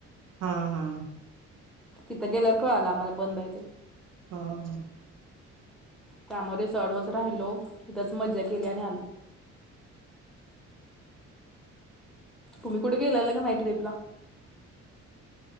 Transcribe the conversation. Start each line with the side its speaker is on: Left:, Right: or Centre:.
Right: हा हा
Centre: तिथं गेल्यावर कळला आम्हाला बंद आहे ते
Right: आं.
Centre: त्यामुळे रिसॉर्टवर राहिलो तिथेच मज्जा केली आणि आलो. तुम्ही कुठे गेलेल्या की नाही ट्रीपला?